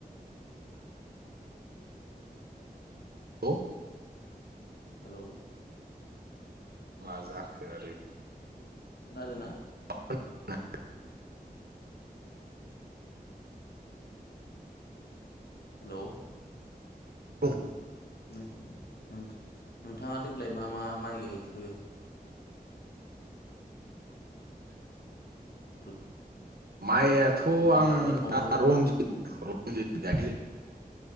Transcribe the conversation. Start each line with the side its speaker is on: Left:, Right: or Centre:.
Right: औ।
Left: हेलौ
Right: मा जाखो आरो
Left: खोनादोंना?
Right: <inaudible>
Left: हेलौ।
Right: <inaudible>
Left: नों नोंथां नोंथाङा देग्लाय मा मा माइ गायखो? <inaudible>
Right: माइआथ'
Left: मा
Right: आंना
Left: मा आबाद मावखो
Right: रन्जित। रन्जित गायो।